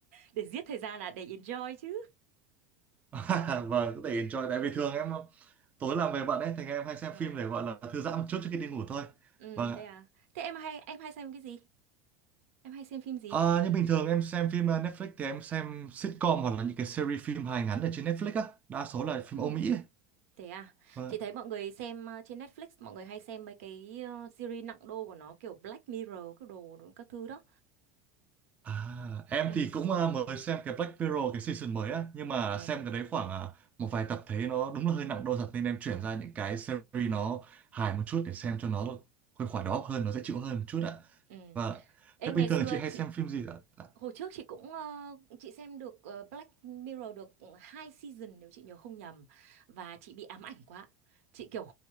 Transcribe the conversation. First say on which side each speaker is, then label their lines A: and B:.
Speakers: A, on the right; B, on the right.
A: Để giết thời gian là để enjoy chứ.
B: <laughs> Vâng, có thể enjoy. Tại vì thường em tối làm về bận ấy, thì em hay xem
A: Ừ.
B: phim để gọi là thư giãn một chút trước khi đi ngủ thôi.
A: Ừ
B: Vâng
A: thế
B: ạ.
A: à. Thế em hay em hay xem cái gì? Em hay xem phim gì?
B: À, nhưng bình thường em xem phim ờ, Netflix thì em xem sitcom hoặc là những cái series phim hài ngắn ở trên Netflix á. Đa số là phim
A: Ừ.
B: Âu Mỹ ấy.
A: Thế à.
B: Vâng.
A: Chị thấy mọi người xem ờ, trên Netflix mọi người hay xem mấy cái ờ, series nặng đô của nó kiểu Black Mirror các đồ các thứ đó.
B: À, em
A: Ừ.
B: thì cũng à, mới xem cái Black Mirror cái season mới á nhưng mà
A: Ừ.
B: xem cái đấy khoảng à, một vài tập thấy nó đúng là hơi nặng đô thật nên em chuyển
A: Ừ.
B: ra những cái series nó hài một chút để xem cho nó khuây khỏa đầu óc hơn nó dễ chịu hơn một chút ạ
A: Ừ.
B: và
A: Ê
B: thế
A: ngày
B: bình
A: xưa
B: thường chị hay
A: chị
B: xem phim gì ạ
A: Hồi trước chị cũng ờ, chị xem được ờ, Black Mirror được hai season nếu chị nhớ không nhầm và chị bị ám ảnh quá. Chị kiểu